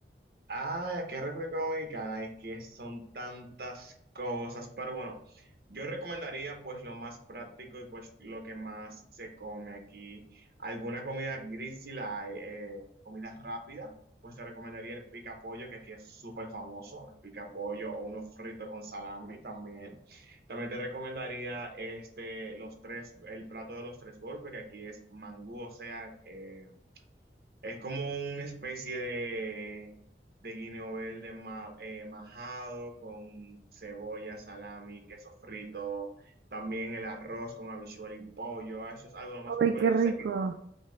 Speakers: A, on the right; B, on the right.
A: Ay, aquí en República Dominicana es que son tantas cosas, pero bueno, yo recomendaría pues lo más práctico y pues lo que más se come aquí. Alguna comida gris si la hay, eh, comida rápida, pues te recomendaría el pica pollo, que aquí es súper famoso, el pica pollo o uno frito con salami también. También te recomendaría este, los tres, el plato de los tres golpes, que aquí es mangú, o sea, eh, es como una especie de, de guineo verde ma- eh, majado con cebolla, salami, queso frito, también el arroz con habichuela y pollo. Ah, Eso es algo lo más popular.
B: Ay, qué
A: Yo
B: rico,
A: sé que